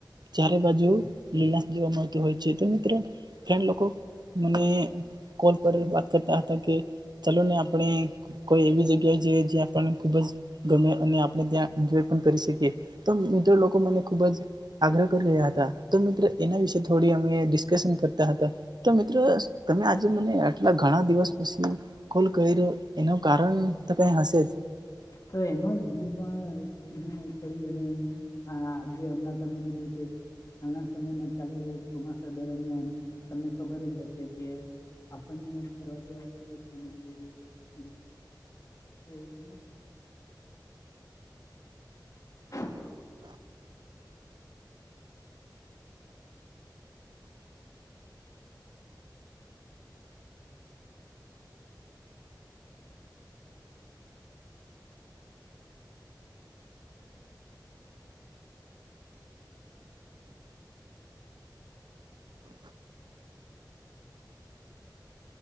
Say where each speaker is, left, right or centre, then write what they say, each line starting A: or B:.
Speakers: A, on the right; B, on the left.
A: ચારે બાજુ લીલાશ જોવા મળતી હોય છે, તો મિત્રો ફેન લોકો મને કોલ પર વાત કરતા હતા, કે ચાલો ની આપણે કોઈ એવી જગ્યા જે જ્યાં પણ ખુબ જ ગમે અને આપણે ત્યાં એન્જોય પણ કરી સકીએ. તો મિધે લોકો મને ખુબ જ આગ્રહ કરી રહ્યા હતા. તો મિત્રો એના વિશે થોડી અમે ડિસ્કશન કરતા હતા. તો મિત્ર તમે આજે મને આટલા ઘણા દિવસ પસી કોલ કયરો, એનું કારણ તો કંઈ હશે જ.
B: તો એમજ, હું પણ ને થોડી ઘણી હા જે અમના તમે કીધું તે. હાલના સમયમાં ચાલી રહેલ ચોમાસા દરમિયાન તમને ખબર જ હશે કે આપણને ફરવા જવાનું ખૂબ જ ગમે <unintelligible> <inaudible>